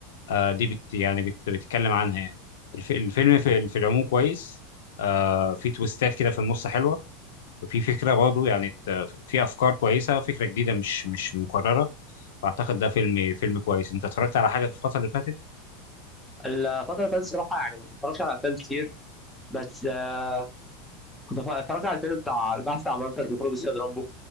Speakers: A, on the left; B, in the centre.
A: آه، دي بت يعني بت بتتكلم عنها يعني الف الفيلم في, في العموم كويس آه، في تويستات كده في النص حلوة في فكرة برضه يعني ت- في أفكار كويسة فكرة جديدة مش مش مكررة فأعتقد ده فيلم فيلم كويس أنت اتفرجت على حاجة في الفترة اللي فاتت؟
B: الفترة اللي فاتت صراحة يعني ما اتفرجتش على افلام كتير بس آه، كنت اتف- اتفرجت على الفيلم بتاع البحث عن منفذ لخروج السيد رامبو